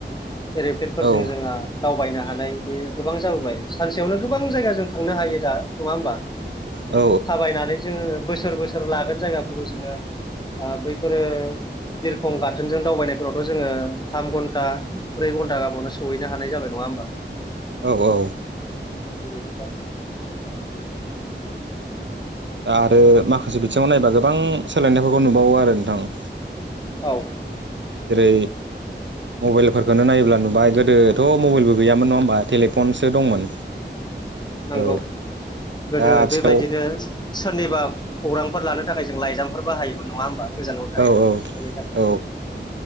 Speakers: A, on the left; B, on the right.
A: एरिपेनफोरजों
B: औ
A: जोंहा दावबायनो हानाय बे गोबां जाबोबाय सानसेयावनो गोबां जायगाजों थांनो हायो दा। नङा होमबा
B: औ
A: थाबायनानै जोङो बोसोर बोसोर लागोन जायगाफोरखौ जोङो ओ बैफोरो बिरखं गाथोनजों दावबायनायफोरावथ' जोङो थाम घन्टा ब्रै घन्टा बोवनो सहैनो हानाय जाब नङा होमबा?
B: औ औ।
A: <unintelligible>
B: दा आरो माखासे बिथिङाव नायबा गोबां सोलायनायफोरखौ नुबावो आरो नोंथां।
A: <unintelligible>
B: जेरै मबाइलफोरखौनो नायोब्ला नुबाय गोदोथ' मबाइलबो गैयामोन नङा होमबा तेलि फनसो दंमोन।
A: नांगौ
B: औ
A: गोदो
B: दा आथिखाल
A: बेबायदिनो सोरनिबा खौरांफोर लानो थाखाय जों लाइजामफोर बाहायोमोन नङा होमबा गोजानाव थायोनि
B: औ औ
A: थाखाय।
B: औ